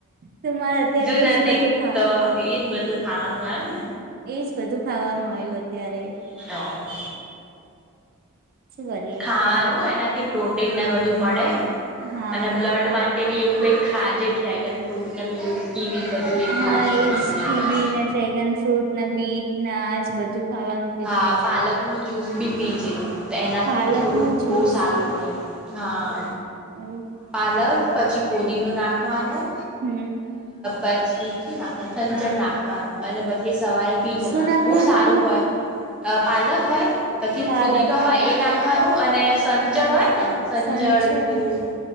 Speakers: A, on the right (about 40°); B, in the centre.
A: તો મારે અત્યારે
B: જો નથી
A: એજ બધું ખા
B: તો એજ બધું ખાવાનું આવે ને
A: એજ બધું ખાવાનું આવ્યું અત્યારે
B: તો
A: શું કરીએ
B: ખાવાનું
A: કે હવે
B: એનાથી પ્રોટીન ને બધું મળે
A: હા
B: અને બ્લડ માટે એ બી એવું કઈ ખાજે ડ્રેગન ફ્રૂટ ને પેલું કીવીને બધું એ
A: હા
B: ખાજે એવું
A: એજ
B: લગ્ન
A: કીવી ને ડ્રેગન ફ્રૂટ બીટ ના આજ બધું ખાવાનું કીધું
B: હા પાલક
A: છે
B: નો જ્યુસ બી પીજે તો એનાથી
A: પાલક
B: થોડુંક
A: નો જ્યુસ
B: બહુ સારું રહે હા
A: હમ
B: પાલક પછી ફુદીનો નાખવાનું
A: હમ
B: પછી શું નાખવાનું સંચળ નાખવાનું અને પછી સવારે પી જવાનું
A: શું નાખવાનું
B: બહુ સારું
A: એમાં
B: હોય પાલક હોય પછી
A: પાલક
B: ફુદીનો હોય એ નાખવાનું અને સંચળ હોય ને સંચારતું
A: સંચર
B: <unintelligible>